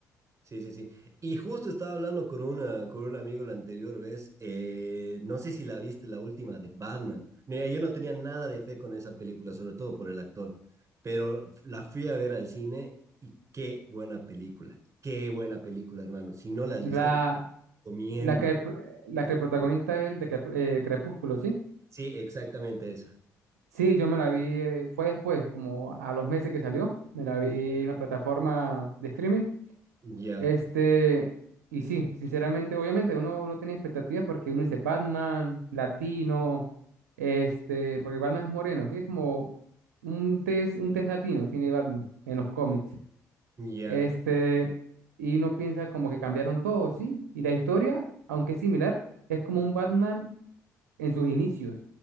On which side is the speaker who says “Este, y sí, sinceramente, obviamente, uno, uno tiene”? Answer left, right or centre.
Right